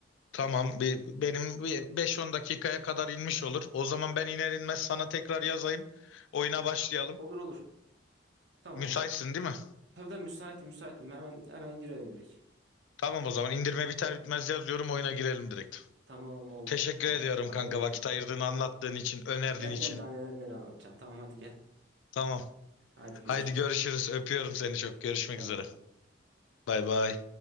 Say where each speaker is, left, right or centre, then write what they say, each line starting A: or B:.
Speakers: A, on the left; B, on the right.
A: Tamam bir, benim bir 5-10 dakikaya kadar inmiş olur. O zaman ben iner inmez sana tekrar yazayım. Oyuna başlayalım.
B: Olur olur. Tamam.
A: Müsaitsin değil mi?
B: Tabii de müsaitim müsaitim. Hemen hemen girelim direkt.
A: Tamam o zaman indirme biter bitmez yazıyorum oyuna girelim direkt.
B: Tamam oldu.
A: Teşekkür
B: Hadi
A: ediyorum
B: haber
A: kanka
B: bekliyorum.
A: vakit ayırdığın, anlattığın için, önerdiğin
B: Gel
A: için.
B: gel daha neler neler anlatacağım. Tamam hadi gel.
A: Tamam.
B: Hadi
A: Haydi
B: görüşürüz.
A: görüşürüz. Öpüyorum seni çok. Görüşmek
B: Bay
A: üzere.
B: bay.
A: Bay bay.